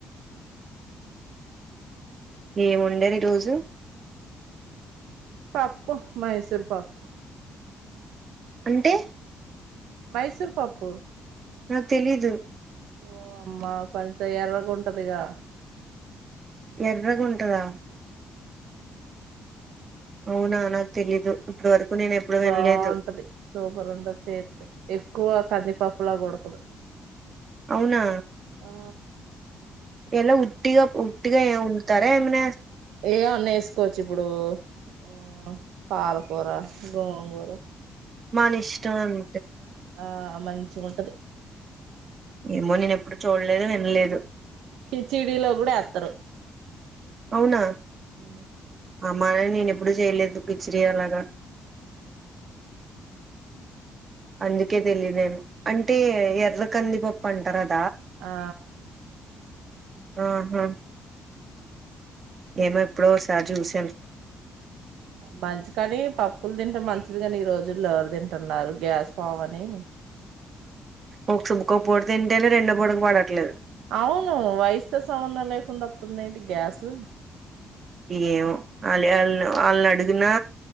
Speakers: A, on the right; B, on the right.
A: ఏముండారు ఈ రోజు
B: పప్పు మైసూర్ పప్
A: అంటే
B: మైసూర్ పప్పు
A: నాక్ తెలీదు
B: ఓ అమ్మా కొంచెం ఎర్రగ ఉంటదిగా
A: ఎర్రగ ఉంటందా అవునా నాక్ తెలిదు ఇప్పుడు వరకు నేను ఎప్పుడు వినలేదు
B: బావుంటది సూపర్ ఉంటది చేత్తె ఎక్కు క్కువ కందిీపప్పు లాగ ఉడకదు
A: అవునా
B: ఆ
A: ఎలా ఉుట్టిగా ఉుట్టిగా వండుతారె ఏమన
B: ఏ అన్న వేసుకోవచ్చు ఇప్పుడు ఆ పాలకూర గోంగూర
A: మనిష్టం అన్ని
B: ఆ మంచిగ ఉంటది
A: ఏమో నేనెప్పుడు చూడలేదు వినలేదు
B: కిచిడీలో కూడ వేస్తరు
A: అవున
B: ఉ
A: అమ్మానే నేను ఎప్పుడుూ చేయలేదు కిచిడి అలాగా అందుకే తెలియదేం అంటే ఎర్ర కందిపప్పు అంటారు అ
B: అ ఆ
A: ఆహ ఏమో ఎప్పుడోసారి చూసాం
B: మంచిది కాని పప్పులు తింటం మంచిది కాని ఈ రోజుల్లో ఎవర్ తింటున్నారు గ్యాస్ ఫామ్ అని
A: ఒక సుబ్భకో పూట తింటేనే రెండో పూటకు పడట్లేదు
B: అవును వయసుతో సంబంధం లేకుండ వస్తుంది ఏంటి గ్యాస్
A: ఏమో వాళ వాళ్ళని వాళ్ళని అడిగినా